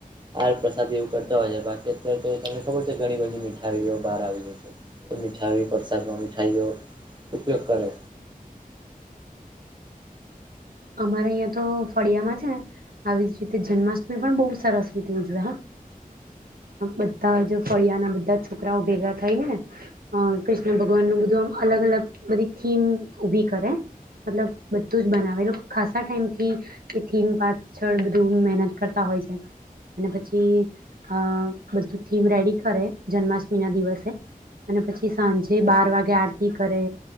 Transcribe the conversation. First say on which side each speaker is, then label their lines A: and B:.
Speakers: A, on the right; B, on the right.
A: આ પ્રસાદી એવું કરતા હોય છે બાકી અત્યારે તો તને ખબર છે ઘણી બધી મીઠાવઓ બહાર આવી ગ છે, તો મીઠાવી પડ સાનો મિઠાઈઓ ઉપયોગ કરે.
B: અમારે અહં તો ફળિયામાં છે ને, આવી જ રીતે જન્માષ્ટમી પણ બહુ સરસ રીતે ઉજવે અહં, બધા જ ફળિયા ના બધા છોકરાઓ ભેગા થઈ ને, અ કૃષ્ણ ભગવાન નું બધું આમ અલગ અલગ બધી થીમ ઉભી કરે,, મતલબ બધું જ બનાવેલું ખાસ ટાઈમથી, એ થીમ પાછળ બધું મહેનત કરતા હોય છે, અને પછી અ બધું થીમ રેડી કરે જન્માષ્ટમી ના દિવસે, અને પછી સાંજે બાર વાગે આરતી કરે,